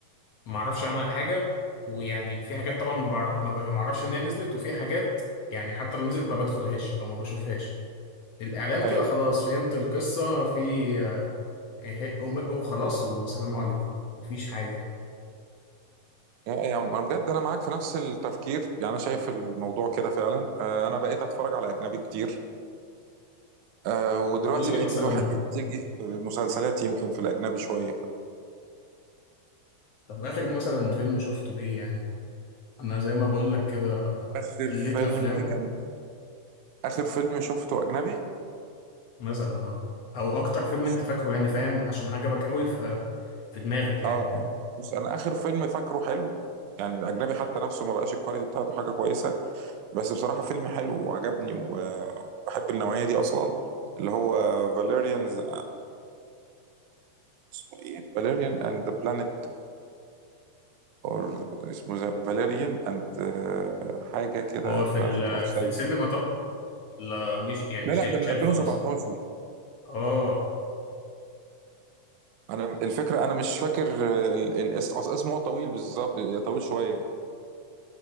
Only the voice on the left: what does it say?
ما اعرفش عنها حاجه ويعني في حاجات طبعا ما بعرف ما بعرفش ان هي نزلت وفي حاجات يعني حتى لو نزلت ما بدخلهاش او ما بشوفهاش الاعلان
كده خلاص فهمت القصه في إيه- وم- وخلاص وسلام عليكم مفيش حاجه يعني
قول لي
مثلا
طب اخر مثلا فيلم شفته ايه يعني انا زي ما بقول لك كده
قليت
افلام
مثلا اه او اكتر فيلم
انت فاكره يعني فاهم عشان عجبك قوي ف في دماغك يعني
فاهم
هو في ال...
في السينما طب ولا مش يعني
شا-
شال
خلاص اه